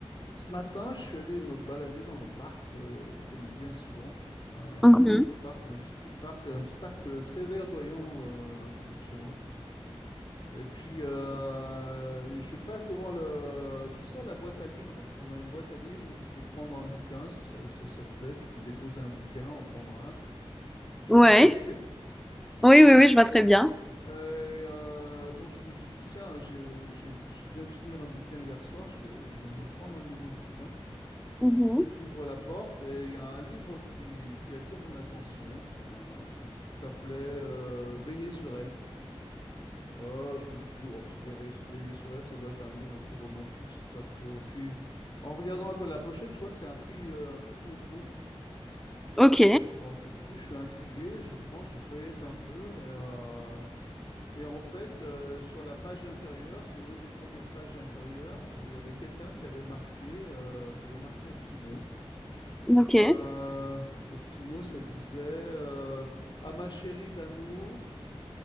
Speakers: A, on the left (about 45°); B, in the centre.
A: Ce matin, je suis allé me balader dans le parc, euh, comme bien souvent. Un
B: Mhm.
A: petit parc, un petit parc, un petit parc euh, très verdoyant euh, à côté de chez moi. Et puis, euh, je passe devant le, tu sais, la boîte à livres. On a une boîte à livres où tu peux prendre un bouquin, si ça, ça- ça te plaît, tu peux déposer un bouquin, en prendre un. Tu
B: Ouais.
A: vois ce que je veux dire?
B: Oui, oui, oui, je vois très bien.
A: Et, euh, donc, je me suis dit, tiens, j'ai- j'ai- je viens de finir un bouquin hier soir, je vais, je vais me prendre un nouveau bouquin.
B: Mhm.
A: Donc j'ouvre la porte et il y a un livre qui, qui attire mon attention. Euh, ça s'appelait euh, Veiller sur elle. Euh, je me suis dit, Oh, pff, Veiller, Veiller sur elle, ça doit être un livre un peu romantique, c'était pas trop. Puis en regardant un peu la pochette, je vois que c'est un prix, euh, un prix Goncourt.
B: Ok,
A: Alors du coup, je suis intrigué, je prends, je feuillette un peu et, euh, et en fait, euh, sur la page intérieure, sur une des premières pages intérieures, euh, il y avait quelqu'un qui avait marqué, euh, qui avait marqué un petit mot.
B: ok.
A: Euh, le petit mot, ça disait euh, À ma chérie d'amour,